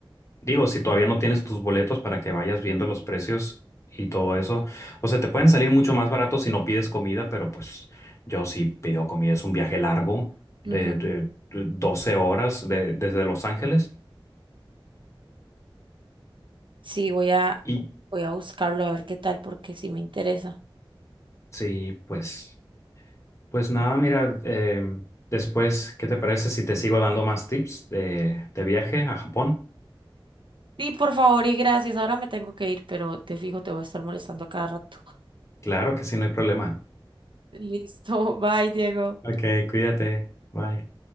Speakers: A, on the left; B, on the right.
A: Digo, si todavía no tienes tus boletos para que vayas viendo los precios y todo eso, o sea, te pueden salir mucho más baratos si no pides comida, pero pues yo sí pido comida, es un viaje largo de,
B: Ujú.
A: de- de 12 horas de- desde Los Ángeles.
B: Sí, voy a,
A: Y
B: voy a buscarlo a ver qué tal, porque sí me interesa.
A: sí, pues, pues nada, mira, eh, después, ¿qué te parece si te sigo dando más tips de, de viaje a Japón?
B: Sí, por favor y gracias. Ahora me tengo que ir, pero te fijo, te voy a estar molestando a cada rato.
A: Claro que sí, no hay problema.
B: <laughs> Listo, bye, Diego.
A: Ok, cuídate, bye.